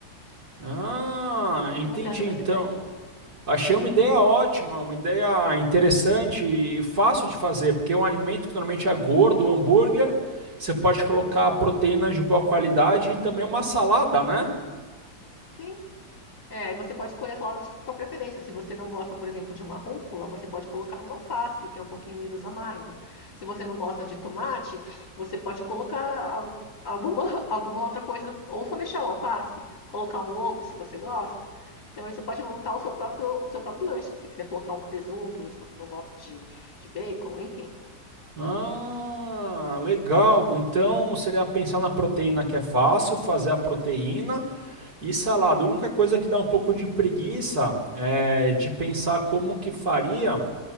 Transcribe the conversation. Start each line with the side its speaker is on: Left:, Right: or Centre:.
Right: Ah,
Left: que
Right: entendi
Left: que você acha dessa
Right: então.
Left: ideia?
Right: Achei uma ideia ótima, uma ideia interessante e fácil de fazer, porque é um alimento que normalmente é gordo, hambúrguer. Você pode colocar proteínas de boa qualidade e também uma salada, né?
Left: Sim. É, e você pode escolher a sua, sua preferência. Se você não gosta, por exemplo, de uma rúcula, você pode colocar uma alface, que é um pouquinho menos amargo. Se você não gosta de tomate, você pode colocar al- alguma, <laughs> alguma outra coisa, ou só deixar o alface, colocar um ovo, se você gosta. Então, aí você pode montar o seu próprio, o seu próprio lanche, se você quiser colocar um presunto, se você não gosta de, de bacon, enfim.
Right: Ah, legal. Então seria pensar na proteína que é fácil, fazer a proteína e salada. A única coisa que dá um pouco de preguiça é de pensar como que faria.